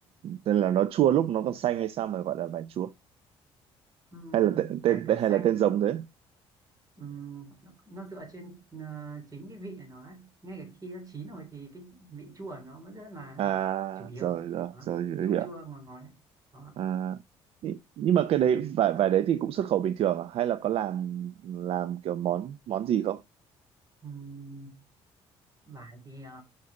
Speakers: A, on the right (about 60°); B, on the right (about 30°).
A: tên là nó chua lúc nó còn xanh hay sao mà gọi là vải chua
B: Ừm,
A: hay là tên, tên
B: kể cả
A: tên-
B: xanh,
A: hay là tên giống thế
B: ừm, nó, nó dựa trên ờ, chính cái vị của nó ấy. Ngay cả khi nó chín rồi thì cái vị chua của nó vẫn rất là
A: à
B: chủ yếu.
A: rồi rồi
B: Đó,
A: rồi
B: nó chua
A: hiểu
B: chua ngọt ngọt. ấy. Đó.
A: à nhị- nhưng mà cái đấy vải vải đấy thì cũng xuất khẩu bình thường à? hay là có làm làm kiểu món món gì không
B: Ừm, vải thì ờ,